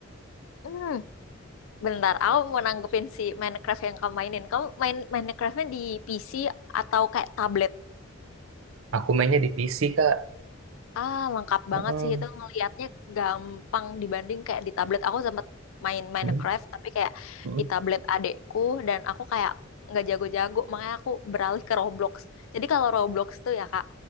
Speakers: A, on the left (about 75°); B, on the right (about 80°).
A: Hmm, bentar, aku mau nanggepin si Minecraft yang kamu mainin. Kamu main Minecraftnya di PC atau kayak tablet?
B: Aku mainnya di PC kak.
A: Ah, lengkap
B: Heeh.
A: banget sih itu ngelihatnya gampang dibanding kayak di tablet. Aku sempat main Minecraft
B: Heeh.
A: tapi kayak
B: Heeh.
A: di tablet adekku dan aku kayak nggak jago-jago makanya aku beralih ke Roblox. Jadi kalau Roblox tuh ya Kak,